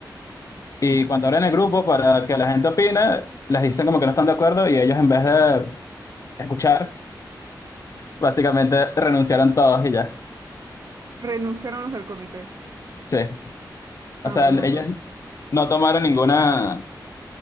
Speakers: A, on the left; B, on the right.
A: Y cuando abren el grupo para que la gente opine, les dicen como que no están de acuerdo y ellos en vez de escuchar, básicamente renunciaron todos y ya.
B: Renunciaron los del comité.
A: Sí,
B: Ah,
A: o sea,
B: mundo.
A: ellos no tomaron ninguna,